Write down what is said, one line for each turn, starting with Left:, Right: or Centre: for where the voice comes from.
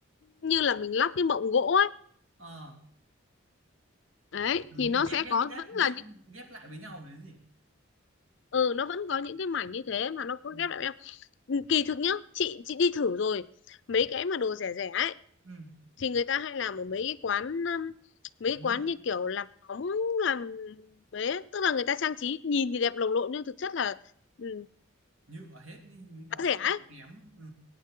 Left: như là mình lắp cái mộng gỗ ấy
Right: ờ
Left: đấy
Right: Kiểu
Left: thì
Right: như
Left: nó
Right: mình ghép
Left: sẽ
Right: ghép
Left: có
Right: ghép
Left: vẫn là
Right: ghép
Left: những
Right: ghép lại với nhau đấy gì
Left: ừ nó vẫn có những cái mảnh như thế mà nó có
Right: ừ.
Left: ghép lại với nhau Ừ, kỳ thực nhá chị chị đi thử rồi mấy cái mà đồ rẻ rẻ ấy
Right: ừ.
Left: thì người ta hay làm ở mấy cái quán um, mấy
Right: còn
Left: cái quán
Right: nước
Left: như kiểu làm móng làm đấy tức là người ta trang trí nhìn thì đẹp lồng lộn nhưng thực chất là ừ,
Right: nhựa hết đi mới cả
Left: giá rẻ
Right: chất
Left: ấy
Right: lượng kém ừ.